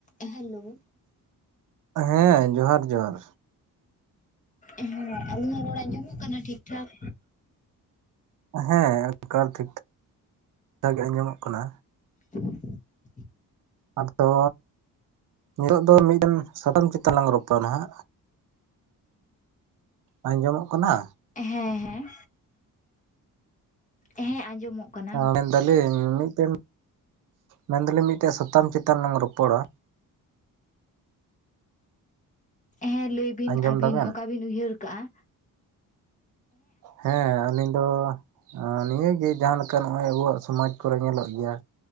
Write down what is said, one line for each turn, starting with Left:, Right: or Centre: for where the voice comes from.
Left: Hello
Right: ᱦᱮᱸᱻ ᱡᱚᱦᱟᱨ ᱡᱚᱦᱟᱨ᱾
Left: ᱩᱸ, ᱟᱹᱞᱤᱧᱟᱜ ᱨᱚᱲ ᱟᱸᱡᱚᱢᱚᱜ ᱠᱟᱱᱟ ᱴᱷᱤᱠ ᱴᱷᱟᱠ?
Right: ᱦᱮᱸᱻ ᱮᱠᱟᱞ ᱴᱷᱤᱠ ᱴᱷᱟᱠ ᱴᱷᱤᱠ ᱴᱷᱟᱠ ᱜᱮ ᱟᱸᱡᱚᱢᱚᱜ ᱠᱟᱱᱟ᱾
Left: <inaudible>
Right: ᱟᱫᱚ ᱱᱤᱛᱚᱜ ᱫᱚ ᱢᱤᱫᱴᱤᱱ ᱥᱟᱛᱟᱢ ᱪᱮᱛᱟᱱ ᱞᱟᱝ ᱨᱚᱯᱚᱲᱟ ᱱᱟᱜ᱾ ᱟᱸᱡᱚᱢᱚᱜ ᱠᱟᱱᱟ?
Left: ᱦᱮᱸ ᱦᱮᱸ᱾ ᱦᱮᱸ ᱟᱸᱡᱚᱢᱚᱜ᱾ ᱠᱟᱱᱟ
Right: ᱢᱮᱱᱫᱟᱞᱤᱧ ᱢᱤᱫᱴᱮᱱ, ᱢᱮᱱᱫᱟᱞᱤᱧ ᱢᱤᱫᱴᱮᱱ ᱥᱟᱛᱟᱢ ᱪᱮᱛᱟᱱ ᱞᱟᱝ ᱨᱚᱯᱚᱲᱟ᱾
Left: ᱦᱮᱸ ᱞᱟᱹᱭ ᱵᱤᱱ
Right: ᱟᱸᱡᱚᱢ
Left: ᱟᱹᱵᱤᱱ
Right: ᱫᱟᱵᱮᱱ
Left: ᱚᱠᱟ ᱵᱤᱱ ᱩᱭᱦᱟᱹᱨ ᱠᱟᱜ-ᱟ?
Right: ᱦᱮᱸ ᱟᱹᱞᱤᱧ ᱫᱚ ᱱᱤᱭᱟᱹᱜᱮ ᱡᱟᱦᱟᱸᱞᱮᱠᱟ ᱱᱚᱜ-ᱚᱭ ᱟᱵᱚᱣᱟᱜ ᱥᱚᱢᱟᱡᱽ᱾ ᱠᱚᱨᱮ ᱧᱮᱸᱞᱚᱜ ᱜᱮᱭᱟ